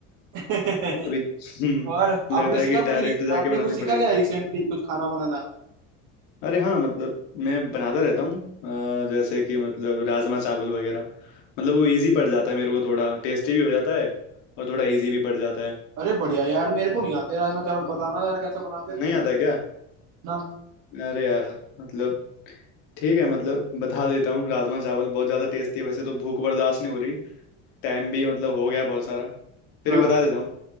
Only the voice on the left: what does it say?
अभी <laughs> हम्म,
लगता
है कि
डायरेक्ट
जाके
बनानी
पड़ेगा
अरे हाँ मतलब मैं बनाता रहता हूँ अ, जैसे कि मतलब राजमा चावल वगैरह मतलब वो इजी पड़ जाता है मेरे को थोड़ा टेस्टी भी हो जाता है और थोड़ा इजी भी पड़ जाता है
नहीं आता क्या
अरे यार मतलब ठीक है मतलब बता देता हूँ राजमा चावल बहुत ज़्यादा टेस्टी है वैसे तो भूख बर्दाश्त नहीं हो रही टाइम भी मतलब हो गया है बहुत सारा फिर
भी बता देता हूँ